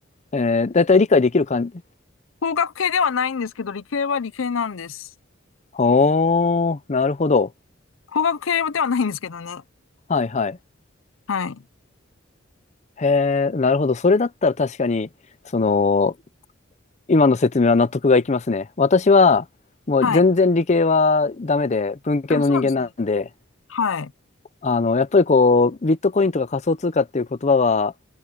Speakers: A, on the left; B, on the left.
A: えー、だいたい理解できる感じ。
B: 工学系ではないんですけど、理系は理系なんです。
A: ほー、なるほど。
B: 工学系ではないんですけどね。
A: はい、はい。
B: はい。
A: へえ、なるほど。それだったら確かに、その、今の説明は納得がいきますね。私は、もう全然理系はダメで、
B: はい。
A: 文系の人間なんで、
B: あ、そうですね。はい。
A: あの、やっぱりこう、ビットコインとか仮想通貨っていう言葉は、